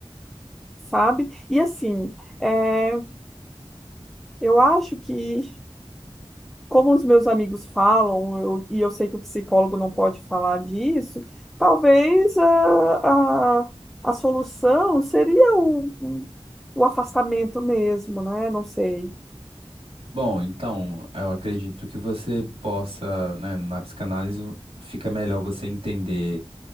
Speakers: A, in the centre; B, on the right.
A: sabe? E assim, é, eu acho que como os meus amigos falam, eu- e eu sei que o psicólogo não pode falar disso, talvez a, a, a solução seria o, o o afastamento mesmo, né? Não sei.
B: bom, então, eu acredito que você possa, né, na psicanálise fica melhor você entender,